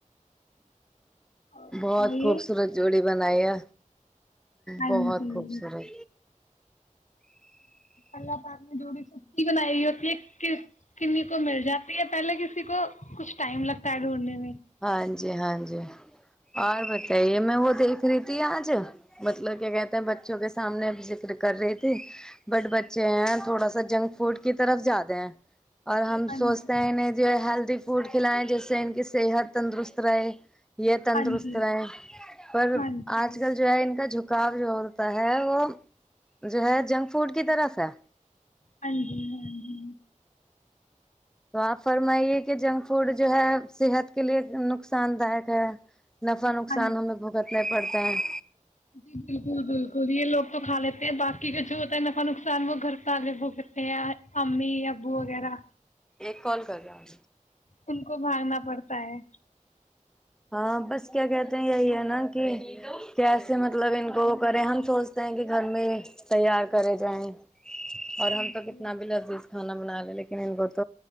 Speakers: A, on the left (about 65°); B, in the centre.
A: اور بتائیے
B: <inaudible> بہت خوبصورت جوڑی بنایا
A: ہاں
B: بہت
A: جی
B: خوبصورت
A: اللہ پاک نے جوڑی سبھی کی بنائی ہوئی ہوتی ہے کسی کو مل جاتی ہے پہلے کسی کو کچھ ٹائم لگتا ہے ڈھونڈنے میں
B: ہاں جی ہاں جی اور بتائیے میں وہ دیکھ رہی تھی آج مطلب کیا کہتے ہیں بچوں کے سامنے ذکر کر رہی تھی بٹ بچے ہیں تھوڑا سا جنک فوڈ کی طرف جیادے ہیں اور ہم
A: ہاں
B: سوچتے
A: جی
B: ہیں انہیں جو ہیلدی فوٹ کھلائیں جس سے ان کی صحت تندرست رہے یہ تندرست
A: ہاں جی
B: رہے پر
A: ہاں جی ہاں
B: آج
A: جی
B: کل جو ہے ان کا جک گاب جو ہوتا ہے وہ جو ہے جنک فوڈ کی طرف ہے
A: ہاں جی ہاں جی
B: تو آپ فرمائیے کہ جنک فوڈ جو ہے صحت کے لیے نقصان دایںک ہے نفع نقصان
A: ہاں جی
B: ہمیں بھگتنا پڑتا <inaudible>
A: جی بالکل بالکل یہ لوگ تو کھا لیتے ہیں باقی کا جو تو ن کاا نقصان وہ گھر پہ آدمی بھوگتیں ہیں امی ابو وغیرہ
B: ایک کال کر رہا ہوں
A: تم کو بھاگنا پڑتا ہے
B: ہاں بس کیا کہتے ہیں یہی ہے نا کہ کیسے مطلب ان کو وہ کرے ہم سوچتے ہیں کہ گھر میں تیار کرے جائیں اور
A: ہاں
B: ہم
A: جی
B: تو کتنا بھی لذیذ کھانا بن ل لیکنن گت